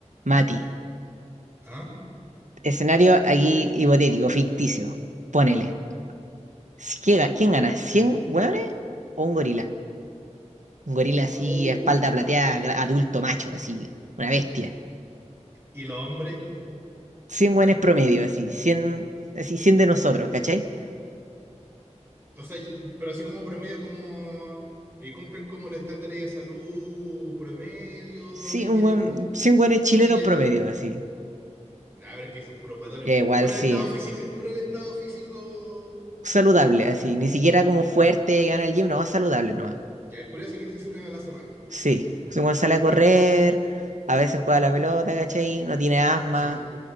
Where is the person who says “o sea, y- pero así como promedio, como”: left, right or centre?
Right